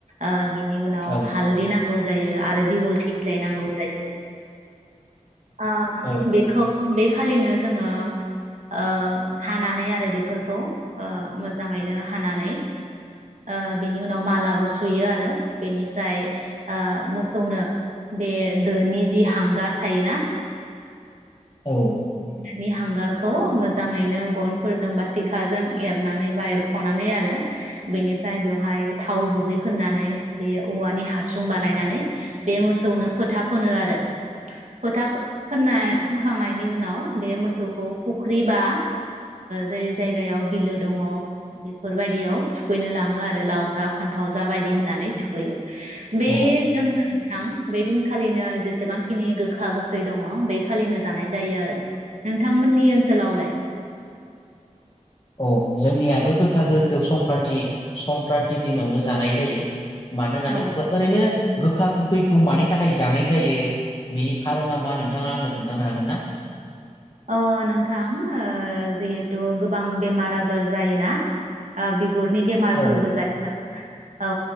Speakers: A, on the right; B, on the left.
A: ओ बिनि उनाव
B: औ
A: हालदि नांगौ जायो आरो दिलथि बिलाइ नांगौ जायो ओ
B: औ नों
A: बेखौ <unintelligible> खालिनो जोङो ओ हानानै आरो बेफोरखौ ओ मोजाङैनो हानानै ओ बेनि उनाव मालाबो सुयो आरो बेनिफ्राय ओ मोसौनो बे दोनि जि हांगार थायोना
B: औ
A: बि हां गारखौ मोजाङैनो गनफोरजों बा सिखाजों एरनानै बा एरख'नानै आरो बेनिफ्राय बेवहाय थाव गुबै फोननानै बे औवानि हासुं बानायनानै बे मोसौनो फोथा फोनो आरो फोथा फोननाय फोनखांनायनि उनाव बे मोसौ खौ फुख्रि बा जै जायगायाव बिलो दङ बेफोरबायदियाव थुखैनो लाङो आरो लाव जा फान्थाव जा बायदि होननानै थुखैयो बे
B: औ अ
A: जोंनो नोंथां बे दिनखालिनो जेसेबांखिनि गोखा गोखै दङ बे खालिनो जानाय जायो आरो नों थां मोननि ओनसोलावलाय
B: अ जोंनियाबो गोखा गोखै संक्रान्त संक्रान्ति दिनावनो जानाय जायो मानो होननानै
A: औ
B: बुङोबा ओरैनो गोखा गोखैखौ मानि थाखाय जानाय जायो बेनि खारना मा नोंथाङा आंनो खोन्थानो हागोन ना
A: अ नोंथां जिहेथु गोबां बेमार आजार जायोना बिगुरनि बेमारफोरबो
B: औ
A: जायोना औ